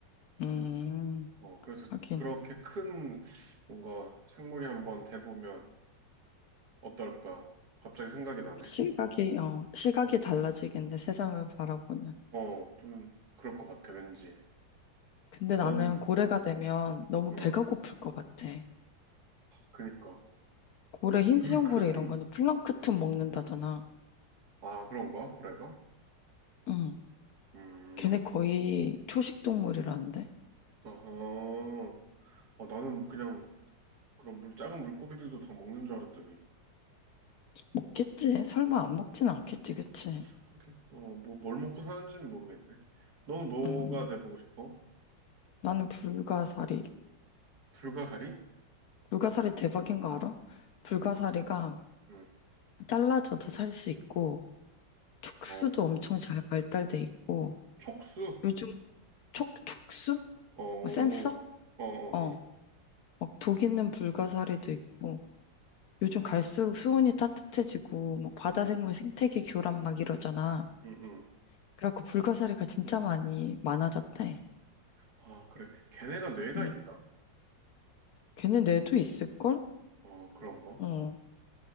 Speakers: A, on the left; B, on the right.
A: 음,
B: 어, 그래서
A: 하긴.
B: 그렇게 큰 뭔가 생물이 한번 돼보면 어떨까? 갑자기 생각이 나네.
A: 시각이, 어, 시각이 달라지겠네, 세상을 바라보는.
B: 어, 좀 그럴 것 같아, 왠지.
A: 근데 나는
B: 너는,
A: 고래가 되면 너무
B: 어,
A: 배가 고플 것 같아.
B: 그니까.
A: 고래, 흰수염
B: 그 큰,
A: 고래 이런 거는 플랑크톤 먹는다잖아.
B: 아, 그런가? 고래가?
A: 응,
B: 음,
A: 걔네 거의 초식 동물이라는데?
B: 어허. 어, 나는 그냥 그럼 물, 작은 물고기들도 다 먹는 줄 알았더니,
A: 먹겠지. 설마 안 먹진 않겠지,
B: 어,
A: 그치?
B: 하긴, 어, 뭐, 뭘 먹고 사는지는 모르겠네. 넌 뭐가
A: 음,
B: 돼보고 싶어?
A: 나는 불가사리.
B: 불가사리?
A: 불가사리 대박인 거 알아? 불가사리가
B: 응.
A: 잘라져도 살 수 있고, 촉수도
B: 어,
A: 엄청 잘 발달돼 있고,
B: 촉수?
A: 요즘 촉, 촉수?
B: 어, 어,
A: 뭐 센서?
B: 어, 어.
A: 어, 막 독 있는 불가사리도 있고, 요즘 갈수록 수온이 따뜻해지고, 막 바다
B: 응,
A: 생물 생태계 교란 막 이러잖아.
B: 응, 응.
A: 그래갖고 불가사리가 진짜 많이 많아졌대.
B: 아, 그래. 걔네가 뇌가
A: 응.
B: 있나?
A: 걔네 뇌도 있을걸?
B: 어, 그런가?
A: 어.